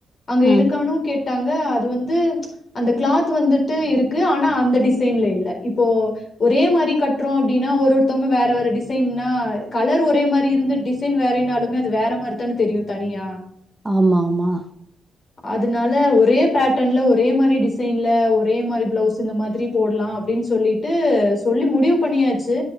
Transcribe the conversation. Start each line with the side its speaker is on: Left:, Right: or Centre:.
Left: அங்க
Right: ம்
Left: இருக்கானும் கேட்டு டாங்க அது வந்து அந்த கிளாத் வந்துட்டு இருக்கு ஆனா அந்த டிசைன்ல இல்ல இப்போ ஒரே மாரி கட்டுறோம் அப்டின்னா ஒரு ஒருத்தங்க வேற வேற டிசைன்னன்னா கலர் ஒரே மாரி இருந்து டிசைன் வேறனாலுமே அது வேற மாரிதானு தெரியும் தனியா
Right: ஆமா ஆமா
Left: அதனால ஒரே பேட்டன்ல ஒரே மாரி டிசைன்ல ஒரே மாரி பிளவுஸ் இந்த மாரி போடலாம் அப்டின்னு சொல்லிட்டு சொல்லி முடிவு பண்ணியா சு